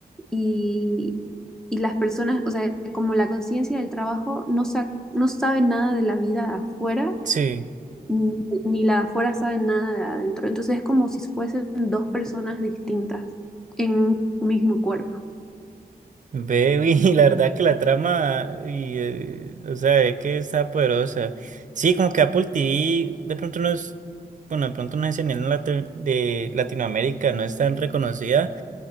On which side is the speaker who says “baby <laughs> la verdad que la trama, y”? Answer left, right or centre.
Right